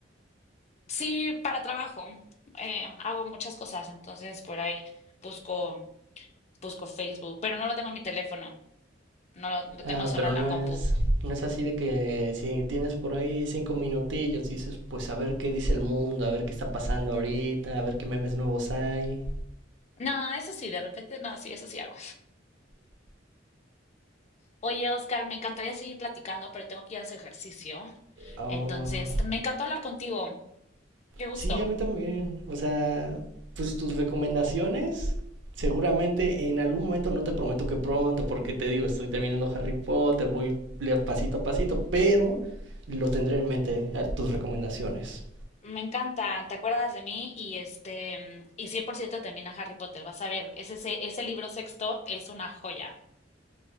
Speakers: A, on the left (about 35°); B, on the right (about 75°).
A: Sí, para trabajo, eh, hago muchas cosas, entonces por ahí busco, busco Facebook, pero no lo tengo en mi teléfono, no lo, lo
B: Ah,
A: tengo solo
B: pero
A: en
B: no
A: la compu.
B: es, no es así de que si tienes por ahí cinco minutillos, dices, pues a ver qué dice el mundo, a ver qué está pasando ahorita, a ver qué memes nuevos hay.
A: No, eso sí, de repente, no, sí, eso sí hago. Oye, Oscar, me encantaría seguir platicando, pero tengo que ir a hacer ejercicio.
B: Oh,
A: Entonces, me encantó hablar contigo. Qué gusto.
B: Sí, a mí también. O sea, pues tus recomendaciones, seguramente en algún momento, no te prometo que pronto, porque te digo, estoy terminando Harry Potter, voy le- pasito a pasito, pero lo tendré en mente, a- tus recomendaciones.
A: Me encanta, te acuerdas de mí y este, y 100% termina Harry Potter. Vas a ver, ese, ese ese libro sexto es una joya.